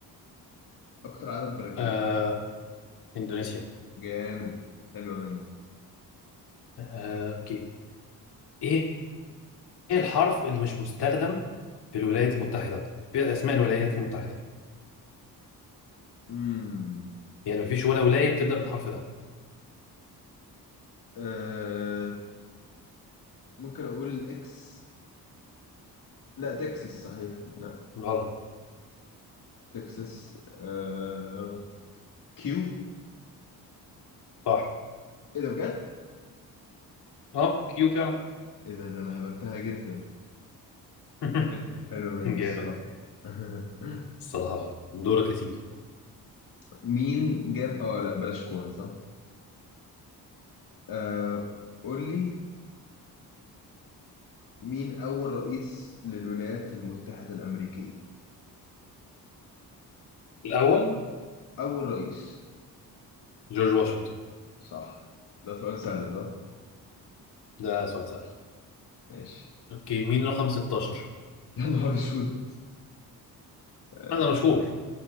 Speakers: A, on the left; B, on the left.
A: اكتر عدد براكين
B: آه اندونيسيا
A: جامد حلوه منك
B: آه اوكي ايه إيه الحرف اللي مش مستخدم في الولايات المتحدة في اسماء الولايات المتحدة
A: امم
B: يعني مفيش ولا ولاية بتبدأ بالحرف ده
A: آه ممكن اقول اكس لا تكساس صحيح لا
B: غلط
A: تكساس آه كيو
B: صح
A: ايه ده بجد
B: اه كيو فعلا
A: ايه ده ده انا هبتها جدا
B: <laughs>
A: حلو حلوة مني
B: جامد
A: الصراحة <laughs>
B: الصراحة آه. دورك يا سيدي
A: مين جاب اه لا بلاش كورة صح آه قول لي مين أول رئيس للولايات المتحدة الأمريكية
B: الاول
A: أول رئيس
B: جورج واشنطن
A: صح ده سؤال سهل صح
B: ده سؤال سهل
A: ماشي
B: اوكي مين رقم 16
A: <laughs> يا نهار اسود آه
B: هذا مشهور